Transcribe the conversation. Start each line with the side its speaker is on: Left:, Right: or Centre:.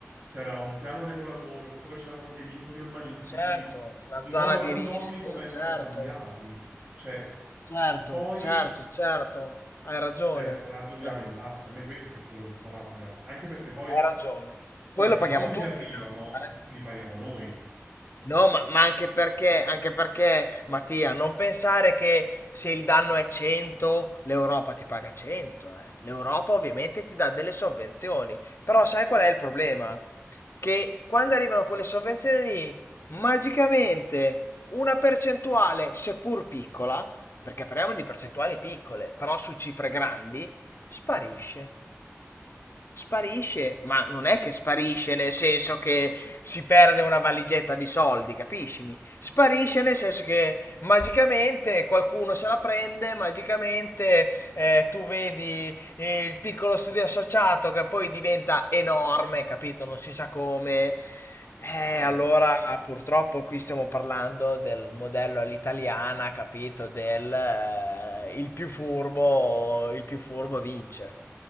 Right: c'era un piano regolatore oppure c'erano dei vincoli urbanistici,
Left: Certo, una
Right: in
Left: zona
Right: modo randomico
Left: di rischio,
Right: vengono
Left: certo,
Right: cambiati. Cioè,
Left: certo,
Right: e poi
Left: certo, certo. Hai ragione.
Right: se ha il coraggio di
Left: Eh,
Right: lamentarsi, a me questo è quello che fa rabbia, anche perché poi
Left: Hai ragione.
Right: questi
Left: Poi lo paghiamo
Right: soldi
Left: tutti
Right: che arrivano
Left: tanto, eh.
Right: li paghiamo noi.
Left: No, ma, ma anche perché,
Right: <laughs>
Left: anche perché, Mattia, non pensare che se il danno è 100, l'Europa ti paga 100, eh. L'Europa ovviamente ti dà delle sovvenzioni, però sai qual è il problema? Che quando arrivano quelle sovvenzioni lì, magicamente una percentuale, seppur piccola, perché parliamo di percentuali piccole, però su cifre grandi, sparisce. Sparisce, ma non è che sparisce nel senso che si perde una valigetta di soldi, capiscimi? Sparisce nel senso che magicamente qualcuno se la prende, magicamente eh, tu vedi eh, il piccolo studio associato che poi diventa enorme, capito? Non si sa come. Eh,
Right: No,
Left: allora
Right: ma
Left: purtroppo qui stiamo parlando del modello all'italiana, capito? Del eh, il più furbo, il più furbo vince,